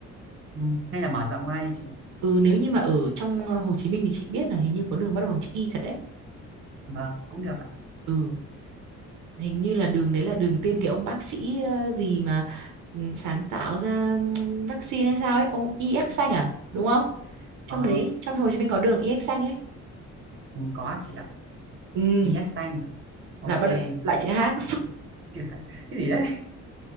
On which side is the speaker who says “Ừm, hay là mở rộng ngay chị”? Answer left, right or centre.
Right